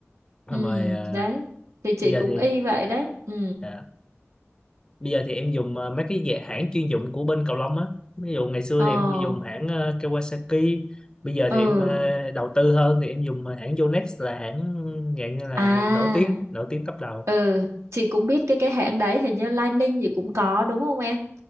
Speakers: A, on the left; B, on the right.
A: Xong
B: ừ
A: rồi ờ,
B: đấy thì chị
A: bây giờ
B: cũng
A: thì
B: y vậy đấy ừ
A: à, bây giờ thì em dùng ờ, mấy cái dạng hãng chuyên dụng của bên cầu lông á ví dụ ngày xưa
B: ờ
A: thì em dùng hãng ờ, Kawasaki bây giờ
B: ừ
A: thì em ờ, đầu tư hơn thì em dùng ờ, hãng Yonex là hãng dạng như là
B: à
A: nổi tiếng nổi tiếng top đầu
B: ừ chị cũng biết cái cái hãng đấy hình như Lining gì cũng có đúng không em